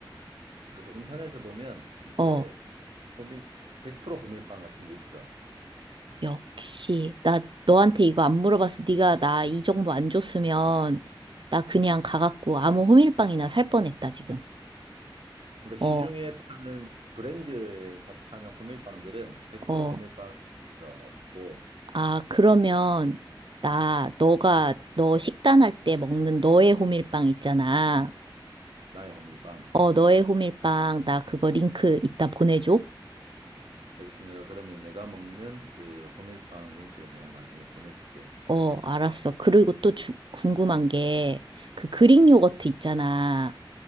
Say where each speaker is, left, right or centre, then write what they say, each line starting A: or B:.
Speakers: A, on the right; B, on the right.
A: 그래서 인터넷에 보면 이제
B: 어,
A: 호밀, 100% 호밀빵 같은 게 있어.
B: 역시. 나 너한테 이거 안 물어봐서 네가 나 이 정보 안 줬으면 나 그냥 가갖고 아무 호밀빵이나 살 뻔했다, 지금.
A: 그러니까
B: 어,
A: 시중에 파는 브랜드에서 파는 호밀빵들은 100%
B: 어.
A: 호밀빵 없어. 없고
B: 아, 그러면 나 너가 너 식단할 때 먹는 너의 호밀빵 있잖아.
A: 나의 호밀빵.
B: 어, 너의 호밀빵 나 그거 링크 이따 보내줘.
A: 알겠어. 내가 그러면 내가 먹는 그 호밀빵 링크를 내가 나중에 보내줄게.
B: 어, 알았어. 그리고 또 주, 궁금한 게 그 그릭 요거트 있잖아.